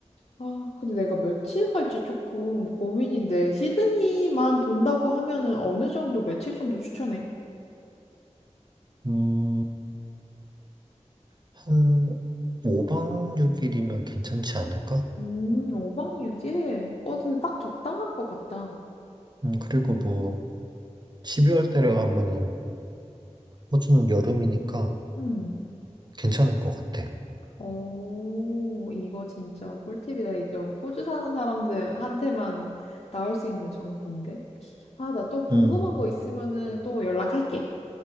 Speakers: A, on the left (about 60°); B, on the right (about 35°).
A: 아, 근데 내가 며칠 갈지 조금 고민인데, 시드니만 돈다고 하면은 어느 정도, 며칠 정도 추천해?
B: 음, 한 5박 6일이면 괜찮지 않을까?
A: 음, 오박육일 어, 근데 딱 적당한 것 같다.
B: 음, 그리고 뭐 12월 달에 가면은 호주는 여름이니까
A: 음.
B: 괜찮을 것 같아.
A: 오, 이거 진짜 꿀팁이다. 이게 호주 사는 사람들한테만 나올 수 있는 정보인데. 아, 나 또 궁금한
B: 음,
A: 거 있으면은 또 연락할게.